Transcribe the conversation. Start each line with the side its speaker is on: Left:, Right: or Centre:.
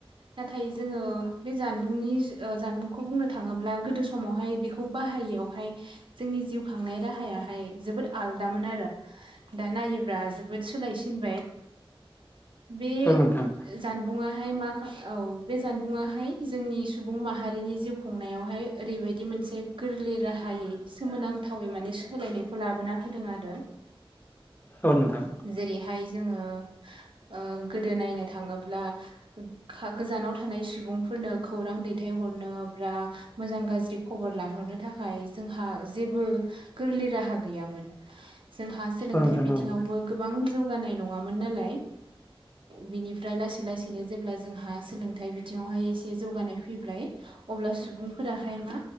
Right: नाथाय जोङो बे जानबुंनि ओ जानबुंखौ बुंनो थाङोब्ला गोदो समावहाय बेखौ बाहायैयावहाय जोंनि जिउ खांनाय राहायाहाय जोबोद आलदामोन आरो। दा नायोब्ला जोबोद सोलायसिनबाय। बे
Left: औ नोंथां
Right: जानबुङाहाय माखा औ बे जानबुङाहाय जोंनि सुबुं माहारिनि जिउ खुंनायावहाय ओरैबायदि मोनसे गोरलै राहायै सोमोनांथावै माने सोलायनायखौ लाबोना होदों आरो।
Left: औ नोंथां
Right: जेरैहाय जोङो ओ गोदो नायनो थाङोब्ला खा गोजानाव थानाय सुबुंफोरनो खौरां दै थायहरनो बा मोजां गाज्रि खबर लाहरनो थाखाय जोंहा जेबो गोरलै राहा गैयामोन जोंहा सोलोंथाइ
Left: औ नोंथां
Right: बिथिङावबो
Left: औ
Right: गोबां जौगानाय नङामोन नालाय। बिनिफ्राय लासै लासैनो जेब्ला जोंहा सोलोंथाइ बिथिङावहाय एसे जौगानाय फै फैबाय अब्ला सुबुंफोराहाय मा